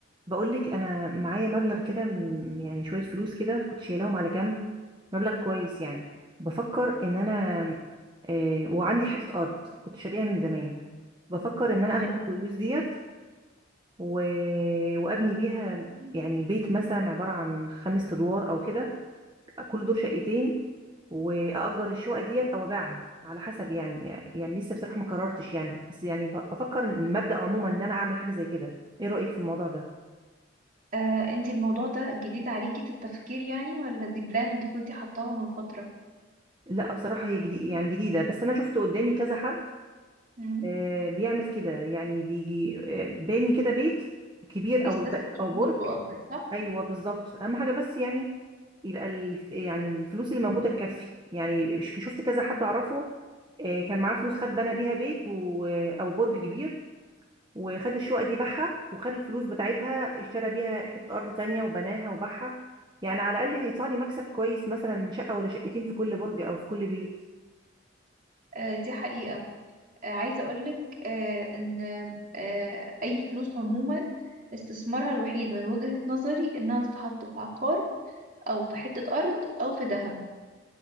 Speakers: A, on the right; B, on the right.
A: بقولك انا معايا مبلغ كده م- يعني شويه فلوس كده كنت شايلاهم على جنب مبلغ كويس يعني بفكر ان انا آه وعندي حته ارض كنت شاريها من زمان بفكر ان انا
B: تمام
A: اخد الفلوس ديت و... وابني بيها يعني بيت مثلا عباره عن خمس ادوار او كده كل دور شقتين واجر الشقه ديت او ابيعها على حسب يعني يعني لسه بصراحه ما قررتش يعني بس يعني ب- بفكر المبدا عموما ان انا اعمل حاجه زي كده ايه رايك في الموضوع ده
B: آه، انتي الموضوع ده جديد عليكي في التفكير يعني ولا دي بلان انتي كنتي حطاها من فترة
A: لا بصراحة هي جديد يعني جديدة بس أنا شفت قدامي كذا حد
B: مم.
A: آه، بيعمل كده يعني بيجي آه، باني كده بيت كبير
B: بيستثمر
A: أو ب- أو
B: فلوسه
A: برج
B: قصدك صح؟
A: أيوه بالظبط أهم حاجة بس يعني يبقى ال- يعني الفلوس اللي موجودة تكفي يعني مش- شفت كذا حد أعرفه آه، كان معاه فلوس خد بنى بيها بيت و- أو برج كبير وخد الشقة دي باعها وخد الفلوس بتاعتها اشترى بيها حتة أرض تانية وبناها وباعها يعني على الأقل هيطلع لي مكسب كويس مثلا شقة ولا شقتين في كل برج أو في كل بيت
B: آه، دي حقيقة آه، عايزة أقولك آه، إن آه، أي فلوس عموما استثمارها الوحيد من وجهة نظري إنها تتحط في عقار أو في حتة أرض أو في ذهب